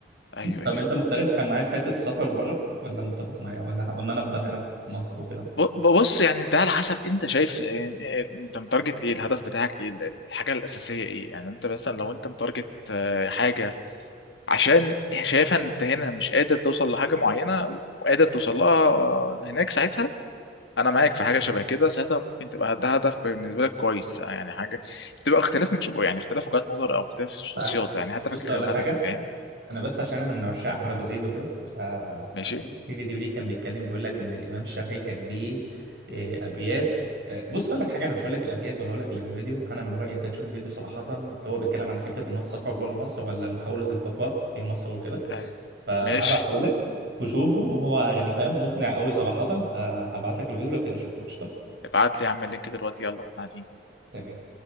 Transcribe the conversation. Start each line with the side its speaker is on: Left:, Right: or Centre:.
Left: ايوه
Right: طب
Left: ايوه
Right: انت مختلف معايا في حته السفر بره ولا متفق معايا ولا ولا انا افضل هنا في مصر وكده
Left: ب- بص يعني ده على حسب انت شايف إيه- إيه- انت متارجت ايه الهدف بتاعك ايه الحاجه الاساسيه ايه يعني انت مثلا لو انت متارجت آه، حاجه عشان شايفها ان انت هنا مش قادر توصل لحاجه معينه وقادر توصل لها هناك ساعتها انا معاك في حاجه شبه كده ساعتها ممكن تبقى ده هدف بالنسبه لك كويس يعني حاجه بتبقى اختلاف من شو يعني اختلاف وجهات نظر او اختلاف شخصيات
Right: فاهمك
Left: يعني هدفك
Right: بص ولا
Left: غير
Right: حاجه
Left: هدفي فاهم
Right: انا بس عشان انا من عشاق احمد ابو زيد وكده فكان
Left: ماشي
Right: في في فيديو ليه كان بيتكلم بيقول لك ان الامام الشافعي كان ليه آه، ابيات آه، بص اقول لك حاجه انا مش هقول لك الابيات ولا هقول لك اللي في الفيديو انا من رايي انت تشوف الفيديو صراحه هو بيتكلم عن فكره ان هو السفر بره مصر ولا محاوله البقاء في مصر وكده
Left: آه.
Right: فهبعته
Left: ماشي
Right: لك وشوفه وهو يعني فاهم مقنع قوي صراحه فهبعت لك الفيديو لو كده شوفه قشطه
Left: ابعت لي يا عم اللينك دلوقتي يلا واحنا قاعدين
Right: تمام